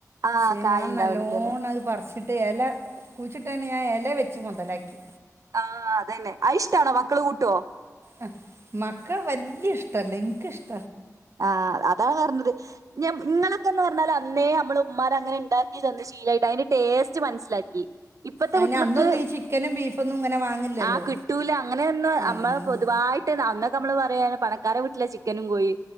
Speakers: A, on the right (about 60°); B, on the right (about 45°).
A: ആ
B: ശെ
A: കായ
B: ഞാൻ
A: ഉണ്ടാവണില്ലല്ലേ
B: നല്ലോണ്ണം അത് പറിച്ചിട്ട് എല കുഴിച്ചിട്ടേനെ ഞാൻ എല ല വെച്ച് മുതലാക്കി
A: ആ അതന്നെ അയ്ഷ്ടാണോ മക്കള് കൂട്ടോ
B: ആ മക്കള് വല്ല്യ ഇഷ്ടല്ല ഇൻക് ഷ്ട്
A: ആ അതാ പറഞ്ഞത് ഞ ങ്ങളൊക്കെന്ന് പറഞ്ഞാല അന്നേ അമ്മള് ഉമ്മാര് അങ്ങനെ ണ്ടാക്കി തന്ന് ശീലായിട്ട് അയ്ന്റെ ടേസ്റ്റ് മനസ്സിലാക്കി ഇപ്പത്തെ
B: അതിന്
A: കുട്ടിൾക്ക്
B: അന്നൊന്നും ഈ ചിക്കനും ബീഫൊന്നും ഇങ്ങനെ വാങ്ങില്ലല്ലോ
A: ആ കിട്ടൂല അങ്ങനെയൊന്ന്
B: ആ
A: അമ്മൾ പൊതുവായി ട്ട അന്നൊക്കെ നമ്മള് പറയും പണക്കാരുടെ വീട്ടിലാ ചിക്കനും കോഴി